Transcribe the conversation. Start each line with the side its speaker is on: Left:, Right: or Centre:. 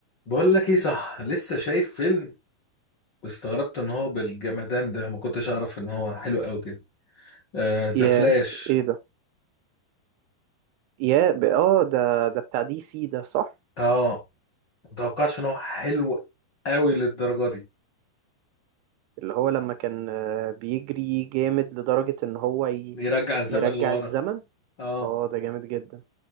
Left: بقول لك ايه صح لسه شايف فيلم واستغربت ان هو بالجمدان ده ما كنتش اعرف ان هو حلو قوي كده آه ذا
Right: ياه
Left: فلاش
Right: ايه ده ياه ب... اه ده ده بتاع دي سي ده صح
Left: اه ما توقعتش ان هو حلو قوي للدرجه دي
Right: اللي هو لما كان آه، بيجري جامد لدرجة ان هو ي...
Left: يرجع الزمن
Right: يرجع
Left: لورا
Right: الزمن
Left: اه
Right: اه ده جامد جدا